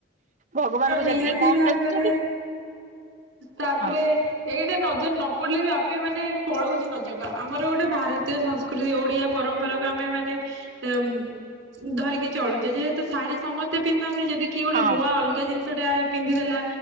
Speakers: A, on the right; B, on the right.
A: ଭଗବାନ ଙ୍କୁ
B: ନିହାତି
A: ଯେତିକି କମ୍
B: ଭାବରେ
A: ଦେଖୁଛନ୍ତି
B: ତାପରେ
A: ହଁ
B: ଏଇଟା ନଜର ନ ପଡ଼ିଲେ ବି ଆପେ ମାନେ ପଳଉଛି ନଜରଟା ଆମର ଗୋଟେ ଭାରତୀୟ ସଂସ୍କୃତି ଓଡ଼ିଆ ପରମ୍ପରାକୁ ଆମେ ମାନେ ଉ ଧରିକି ଚଳୁଛେ ଯେହେତୁ ଶାଢୀ ସମସ୍ତେ ପିନ୍ଧନ୍ତି ଯଦି କିଏ ଗୋଟେ
A: ହଁ
B: ନୂଆ ଅଲଗା ଜିନିଷ ଟା ପିନ୍ଧିଦେଲା